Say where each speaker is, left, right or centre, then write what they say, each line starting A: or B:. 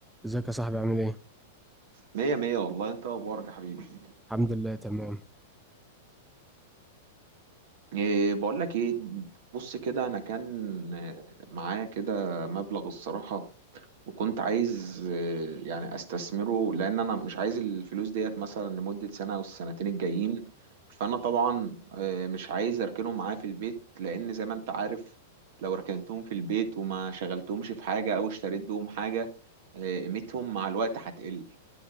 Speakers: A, in the centre; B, on the right (about 65°).
A: ازيك يا صاحبي عامل ايه؟
B: مية مية والله انت اخبارك يا حبيبي
A: الحمد لله تمام
B: إيه بقول لك ايه بص كده انا كان آه، معايا كده مبلغ الصراحة وكنت عايز آه، يعني استثمره لان انا مش عايز الفلوس ديت مثلا لمدة سنة او السنتين الجايين فانا طبعا آه، مش عايز اركنهم معايا في البيت لان زي ما انت عارف لو ركنتهم في البيت وما شغلتهمش في حاجة او اشتريت بهم حاجة آه، قيمتهم مع الوقت هتقل